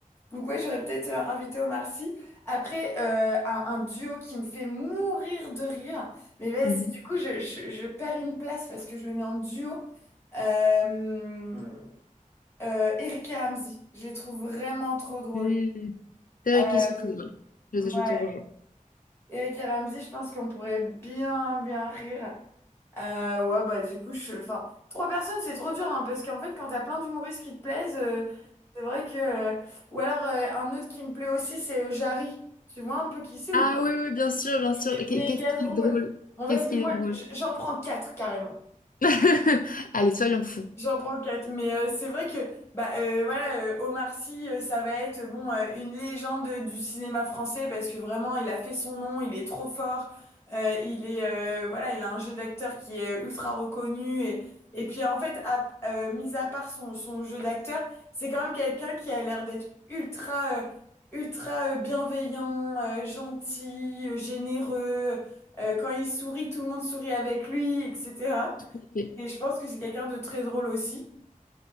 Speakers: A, on the left (about 20°); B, on the left (about 80°).
A: donc ouais, j'aurais peut-être euh, invité Omar Sy. Après, euh, un, un duo qui me fait mourir de rire. Mais vas-y,
B: Mhm.
A: du coup, je, je- je perds une place parce que je le mets en duo. Euh, euh, Eric et Ramzy. Je les trouve vraiment trop drôles.
B: Mhm. C'est vrai
A: Euh,
B: qu'ils sont très drôles. Je,
A: ouais.
B: je te rejoins.
A: Eric et Ramzy, je pense qu'on pourrait bien, bien rire. Euh, ouais, bah du coup, je... Enfin, trois personnes, c'est trop dur, hein, parce qu'en fait, quand t'as plein d'humoristes qui te plaisent, euh, c'est vrai que... euh, Ou alors, euh, un autre qui me plaît aussi, c'est euh, Jarry. Tu vois un peu qui c'est
B: Ah
A: ou pas?
B: oui, oui, bien sûr, bien sûr.
A: C'est
B: Et qu'est-
A: Méga
B: Qu'est-ce qu'il
A: drôle.
B: est drôle?
A: Bon, vas-y,
B: Qu'est-ce qu'il
A: moi,
B: est drôle?
A: j- j'en prends quatre, carrément.
B: <laughs> Allez, soyons fous.
A: J'en prends quatre, mais euh, c'est vrai que bah euh, voilà euh, Omar Sy, euh, ça va être bon euh, une légende euh, du cinéma français parce que vraiment il a fait son nom, il est trop fort, euh, il est euh, voilà il a un jeu d'acteur qui est euh, ultra reconnu et et puis en fait à, euh, mis à part son son jeu d'acteur, c'est quand même quelqu'un qui a l'air d'être ultra euh, ultra euh, bienveillant, euh, gentil, euh, généreux. Euh, quand il sourit, tout le monde sourit avec lui, etc.
B: Ok.
A: Et je pense que c'est quelqu'un de très drôle aussi.